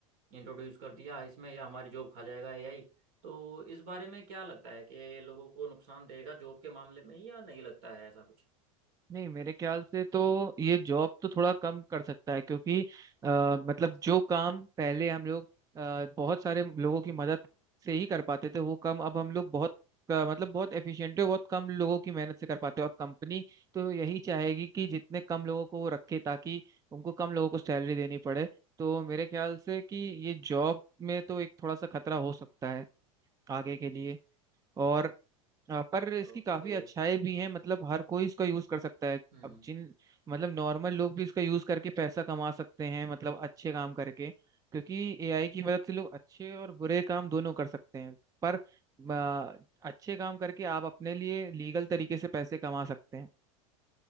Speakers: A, on the right (about 65°); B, on the right (about 20°).
A: इंट्रोड्यूस कर दिया इसमें या हमारी जॉब खा जाएगा एआई तो इस बारे में क्या लगता है कि लोगों को नुकसान देगा जॉब के मामले में या नहीं लगता है ऐसा कुछ
B: नहीं मेरे ख्याल से तो ये जॉब तो थोड़ा कम कर सकता है क्योंकि आ, मतलब जो काम पहले हम लोग अ, बहुत सारे लोगों की मदद से ही कर पाते थे वो काम अब हम लोग बहुत अ, मतलब बहुत एफिशिएंटली और बहुत कम लोगों की मेहनत से कर पाते हैं और कंपनी तो यही चाहेगी कि जितने कम लोगों को वो रखे ताकि उनको कम लोगों को सैलरी देनी पड़े तो मेरे ख्याल से कि ये जॉब में तो एक थोड़ा सा खतरा हो सकता है आगे के लिए और अ, पर इसकी
A: ओके
B: काफी अच्छाई भी है मतलब हर कोई इसका यूज कर सकता है
A: हम्म
B: अब जिन मतलब नॉर्मल लोग भी इसका यूज करके पैसा कमा सकते हैं मतलब अच्छे काम करके क्योंकि एआई की मदद से लोग अच्छे और बुरे काम दोनों कर सकते हैं पर अ, अच्छे काम करके आप अपने लिए लीगल तरीके से पैसे कमा सकते हैं